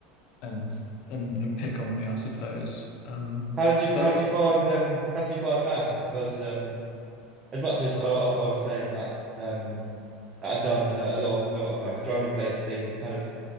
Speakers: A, on the left; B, on the right.
A: and and and pick on me, I suppose. Um,
B: How did you
A: but
B: how did you find um how did you find maths? Because um as much as I I, I was saying that um that I'd done uh, a lot of a lot of like drumming based things, kind of